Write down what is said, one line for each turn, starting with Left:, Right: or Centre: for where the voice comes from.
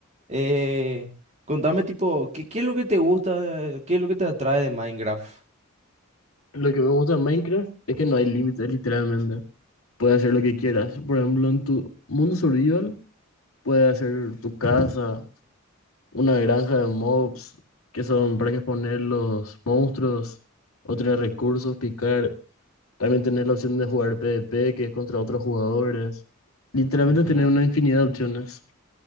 Right: Eh, contame, tipo, ¿qué, qué es lo que te gusta, qué es lo que te atrae de Minecraft?
Left: Lo que me gusta de Minecraft es que no hay límites, literalmente. Puedes hacer lo que quieras. Por ejemplo, en tu mundo survival, puedes hacer tu casa, una granja de mobs que son para exponer los monstruos, otros recursos, picar. También tener la opción de jugar PvP, que es contra otros jugadores. Literalmente
Right: Ujú,
Left: tener una infinidad de opciones.